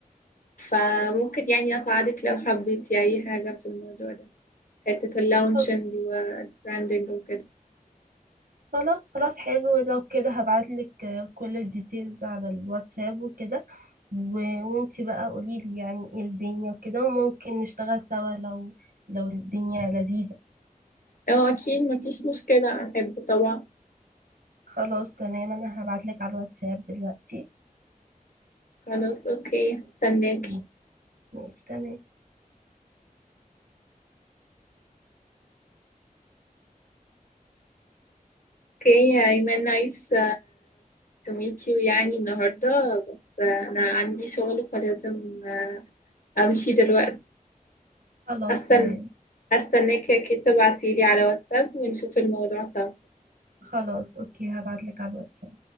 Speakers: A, on the left (about 70°); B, on the right (about 85°).
A: فممكن يعني اساعدك لو حبيتي اي حاجة في الموضوع ده حتة اللونشنج
B: خل-
A: والبراندنج وكده
B: خلاص خلاص حلو لو كده هبعتلك آه، كل الديتيلز على الواتساب وكده و- وانتي بقى قوليلي يعني ايه الدنيا وكده وممكن نشتغل سوا لو لو الدنيا لذيذة
A: اه اكيد مفيش مشكلة احب طبعا
B: خلاص تمام انا هبعتلك على الواتساب دلوقتي
A: خلاص اوكي استناك
B: مم. ماشي تمام
A: اوكي ايمن نايس تو ميت يو يعني النهارده بس آه، انا عندي شغل فلازم آه، امشي دلوقتي
B: خلاص
A: هستنى
B: تمام
A: هستناك كده تبعتيلي على واتساب ونشوف الموضوع سوا
B: خلاص اوكي هبعتلك على الواتساب